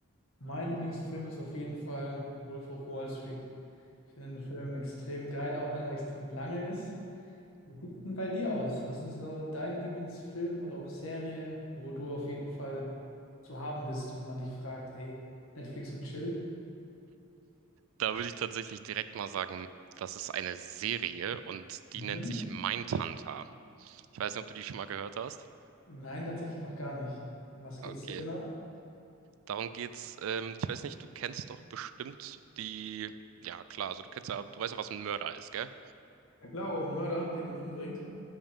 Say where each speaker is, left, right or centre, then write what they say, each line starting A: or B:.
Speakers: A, on the left; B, on the right.
A: mein Lieblingsfilm ist auf jeden Fall Wolf of Wall Street. Ich finde den Film extrem geil, auch wenn er extrem lange ist. Wie sieht's denn bei dir aus? Was ist so dein Lieblingsfilm oder auch Serie, wo du auf jeden Fall zu haben bist, wenn man dich fragt, ey, Netflix und Chill?
B: Da würde ich tatsächlich direkt mal sagen, das ist eine Serie und die
A: Mhm.
B: nennt sich Mindhunter. Ich weiß nicht, ob du die schon mal gehört hast.
A: Nein, tatsächlich noch gar nicht. Um was
B: Okay,
A: geht's da genau?
B: darum geht's. Ähm, ich weiß nicht, du kennst doch bestimmt die, ja klar, also du kennst ja, du weißt ja, was ein Mörder ist, gell?
A: Ja, Claro ein Mörder, den man umbringt.